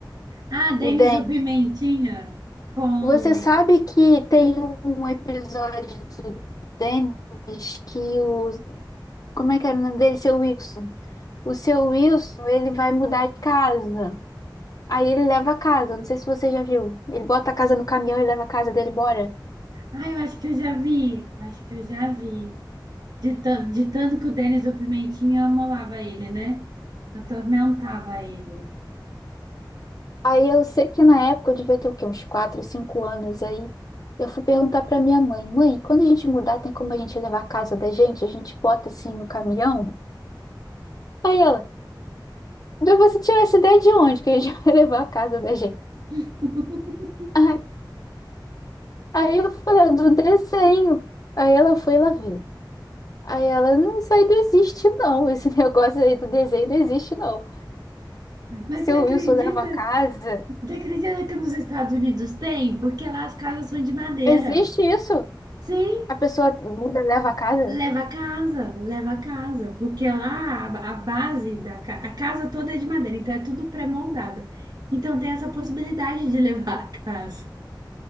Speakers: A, on the right; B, on the left.
A: Ah,
B: o
A: Denis
B: Dennis.
A: o Pimentinha com.
B: Você sabe que tem um episódio do Dennis que o. Como é que era o nome dele? Seu Wilson. O seu Wilson, ele vai mudar de casa. Aí ele leva a casa. Não sei se você já viu. Ele bota a casa no caminhão e leva a casa dele embora.
A: Ah, eu acho que eu já vi, eu acho que eu já vi. De, tan- de tanto que o Denis o Pimentinha amolava ele, né? Atormentava ele.
B: Aí eu sei que na época eu devia ter o quê? Uns 4, 5 anos aí. Eu fui perguntar pra minha mãe, mãe, quando a gente mudar, tem como a gente levar a casa da gente? A gente bota assim no caminhão? Aí ela, "Mas você tirou essa ideia de onde que a gente <laughs> vai levar a casa da gente?
A: <laughs>
B: Aí, aí eu falei, "Ah, do desenho. Aí ela foi lá ver. Aí ela, não, isso aí não existe não. Esse <laughs> negócio aí do desenho não existe não.
A: Mas
B: Seu
A: você acredita?
B: Wilson leva a casa.
A: Você acredita que nos Estados Unidos tem? Porque lá as casas são de madeira.
B: Existe isso?
A: Sim,
B: A pessoa muda, leva a casa?
A: leva a casa, leva a casa. Porque lá a, a base da ca- a casa toda é de madeira, então é tudo pré-moldado. Então tem essa possibilidade de <laughs> levar a casa.